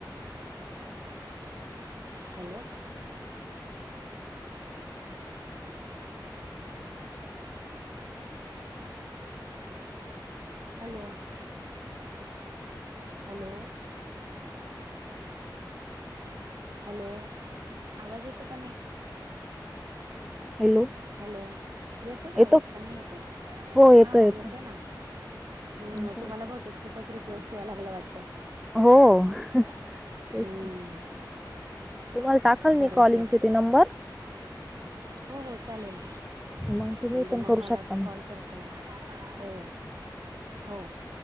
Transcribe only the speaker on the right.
hello hello hello hello आवाज येतोक
हॅलो येतोय का
आवाज का नाही येते
हा
हो येतोय ना हम
तुम्हाला
बहुते खूपच रिक्वेस्ट यायला लागलं वाटतं
हं,
बरं
आहे
की
हो हो चालेल
म्हणजे
मग
मला
कॉल करता येईल हो हो